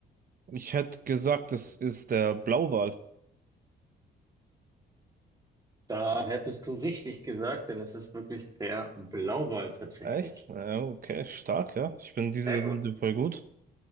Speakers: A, on the right; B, on the right.
A: ich hätte gesagt, das ist der Blauwal.
B: Da hättest du richtig gesagt, denn es ist wirklich der Blauwal tatsächlich.
A: Echt? Ja, okay, stark, ja. Ich bin diese
B: Sehr
A: Runde
B: gut.
A: voll gut.